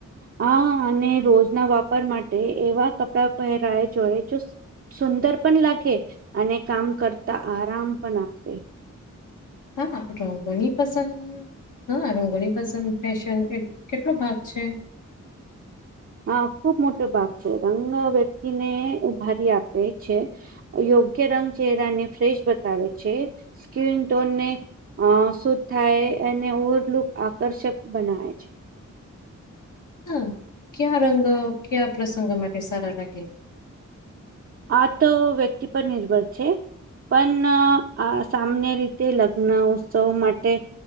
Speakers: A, on the right; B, on the left.
A: હા અને રોજના વાપર માટે એવા કપડા પહેરાવે જોએ જો સુંદર પણ લાગે અને કામ કરતા આરામ પણ આપે.
B: હા રંગણી પસંદ હા રંગોની પસંદ ફેશન કેટલો ભાગ છે.
A: હા ખુબ મોટો ભાગ છે રંગ વ્યક્તિને ઉભારી આપે છે. યોગ્ય રંગ ચહેરાને ફ્રેશ બતાવે છે સ્કીિન ટોનને અશુધ થાય અને ઓવરલુક આકર્ષક બનાવે છે.
B: હા ક્યા રંગો ક્યા પ્રસંગો માટે સારા લાગે
A: આ તો વ્યક્તિ પર નિર્ભર છે પન્ન આ સામને રીતે લગ્ન ઉત્સવ માટે